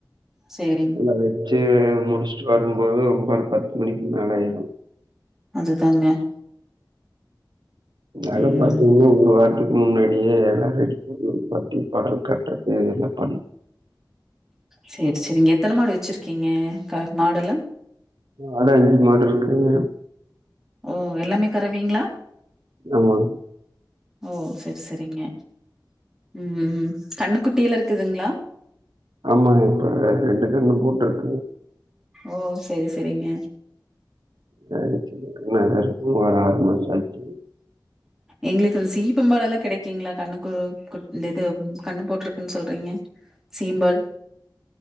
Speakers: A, in the centre; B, on the right (about 70°).
A: செரிங்
B: அத வெச்சு முடிஷ்ட்டு வரும்போது ஒம்போதர பத்து மணிக்கு மேல ஆய்டு
A: அதுதாங்க
B: நாளா
A: ம்
B: பாத்தீங்கனா ஒரு வாரத்து முன்னாடியே எல்லாரெடி பண்ணி பட்டி படல் கட்றது இதெல்லா பண்ணு
A: செர் செரிங்க எத்தன மாடு வச்சுருக்கீங்க க மாடெல்லா
B: ஆறு அஞ்சு மாடுருக்குங்க
A: ஓ எல்லாமே கரவைங்ளா
B: ஆமாங்
A: ஓ செர் செரிங்க ம் கண்ணக்குட்டில இருக்குதுங்ளா
B: ஆமாங்க இப்ப ரெண்டு கண்ணு போட்டிருக்குங்க
A: ஓ செரி செரிங்க
B: <inaudible> ஒரு ஆறு மாச ஆச்சி
A: எங்களுக்கு சீப்பம்பாலலா கெடைக்குங்களா கண்ணுக்கு குட் இந்த இது கண்ணு போட்ருக்குன் சொல்றீங்க சீம்பால்